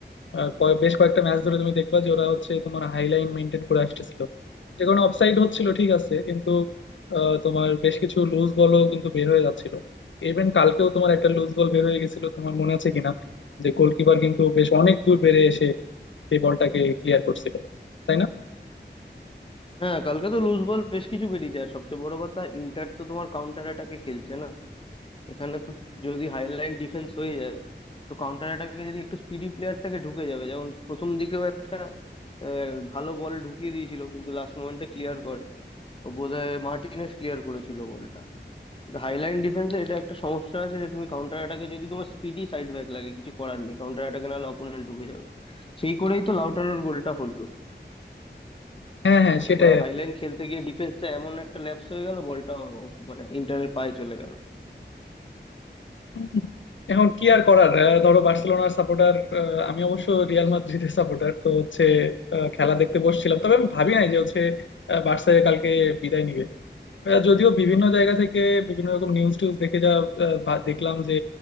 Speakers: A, on the left; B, on the left.
A: আহ, কয়- বেশ কয়েকটা ম্যাচ ধরে তুমি দেখবা যে ওরা হচ্ছে তোমার হাইলাইন মেনটেন করে আসতেছিল যে কারণে অফসাইড হচ্ছিল ঠিক আছে কিন্তু আহ, তোমার বেশ কিছু লুজ বলও কিন্তু বের হয়ে যাচ্ছিল ইভেন কালকেও তোমার একটা লুজ বল বের হয়ে গেছিল তোমার মনে আছে কিনা যে গোলকিপার কিন্তু বেশ অনেক দূর বেড়ে এসে এই বলটাকে ক্লিয়ার করছিল তাই না
B: হ্যাঁ কালকে তো লুজ বল বেশ কিছু বেরিয়ে যায় সবচেয়ে বড় কথা ইন্টার তো তোমার কাউন্টার অ্যাটাকে খেলছে না এখানে তো যদি হাইলাইন ডিফেন্স হয়ে যায় তো কাউন্টার অ্যাটাকে যদি একটু স্পিডি প্লেয়ার থাকে ঢুকে যাবে যেমন প্রথম দিকেও একটা আহ, ভালো বল ঢুকিয়ে দিয়েছিল কিন্তু লাস্ট মোমেন্টে ক্লিয়ার করে ও বোধহয় মার্টিনেস ক্লিয়ার করেছিল বলটা হাইলাইন ডিফেন্সে এটা একটা সমস্যা আছে যে তুমি কাউন্টার অ্যাটাকে যদি তোমার স্পিডি সাইড ব্যাক লাগে কিছু করার নেই কাউন্টার অ্যাটাকে নাহলে অপোনেন্ট ঢুকে যাবে সেই করেই তো লাউটারের গোলটা হলো
A: হ্যাঁ হ্যাঁ
B: মানে
A: সেটাই
B: ওরা
A: আর
B: হাইলাইন
A: কি
B: খেলতে গিয়ে ডিফেন্সটা এমন একটা ল্যাপস হয়ে গেল বলটা মানে ইন্টারের পায়ে চলে গেল
A: হুম। এখন কি আর করার আহ, ধরো বার্সেলোনার সাপোর্টার আমি অবশ্য রিয়াল মাদ্রিদের সাপোর্টার তো হচ্ছে আহ, খেলা দেখতে বসছিলাম তবে আমি ভাবি নাই যে হচ্ছে আহ, বার্সা কালকে বিদায় নিবে আহ যদিও বিভিন্ন জায়গা থেকে বিভিন্ন রকম নিউজ টিউজ দেখে যা আহ, ভা- দেখলাম যে